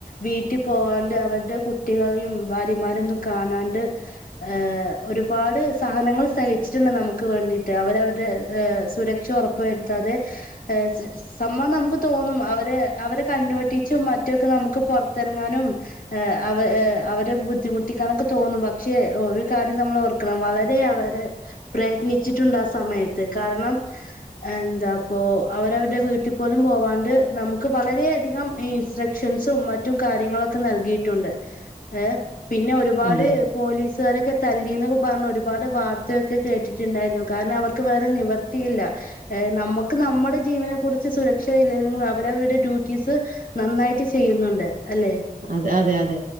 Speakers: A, on the left; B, on the right.
A: വീട്ടി പോവാണ്ട് അവരുടെ കുട്ടികളെയും ഭാര്യമാരൊന്നും കാണാണ്ട് ഏഹ് ഒരുപാട് സാഹനങ്ങൾ സഹിച്ചിട്ടുണ്ട് നമുക്ക് വേണ്ടിട്ട് അവരവരുടെ ഏഹ് സുരക്ഷ ഒറപ്പു വരുത്താതെ ഏഹ് സ സമ്മം നമുക്ക് തോന്നും അവര് അവരെ കണ്ണ് വെട്ടിച്ചും മറ്റൊക്കെ നമുക്ക് പൊറത്തെറങ്ങാനും ഏഹ് അവ അവരെ ബുദ്ധിമുട്ടിക്കാാനൊക്കെ തോന്നും പക്ഷെ ഒരുകാര്യം നമ്മളോർ ക്കണം വളരെ അവര് പ്രയത്നിച്ചിട്ടുണ്ട് ആ സമയത്ത് കാരണം എന്താപ്പൊ അവരവരുടെ വീട്ടി പോലും പോവാണ്ട് നമു ക്ക് വളര അധികം ഇൻസ്ട്രക്ഷൻസും മറ്റും കാര്യങ്ങളൊക്കെ നൽകിയിട്ടുണ്ട് ഏഹ് പിന്നെ ഒരുപാട്
B: അത്
A: പോലീസുകാരൊക്കെ തല്ലിന്നൊക്കെ പറഞ്ഞ് ഒരുപാട് വാർത്തയൊക്കെ കേട്ടിട്ടുണ്ടായിരുന്നു കാരണം അവർക്ക് വേറെ നിവർ ത്തിയില്ല നമുക്ക് നമ്മുടെ ജീവനെ കുറിച്ച് സുരക്ഷയില്ലങ്കിലും അവരവരുടെ ഡ്യൂട്ടീസ് നന്നായിട്ട് ചെയ്യുന്നുണ്ട് അല്ലേ
B: അതെ അതെ അതെ